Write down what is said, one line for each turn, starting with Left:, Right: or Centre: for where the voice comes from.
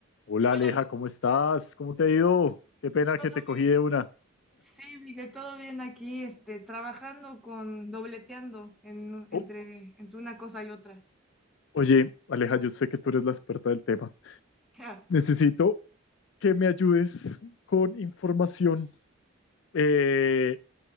Left: Hola
Centre: Hola,
Left: Aleja,
Centre: amiga.
Left: ¿cómo estás? ¿Cómo te ha ido? Qué pena
Centre: ¿todo
Left: que te
Centre: bien?
Left: cogí de una.
Centre: Sí, Miguel, todo bien aquí, este, trabajando con, dobleteando en- entre,
Left: Oh,
Centre: entre una cosa y otra.
Left: oye, Aleja, yo sé que tú eres la experta del tema.
Centre: Ja.
Left: Necesito que me ayudes con información. Eh,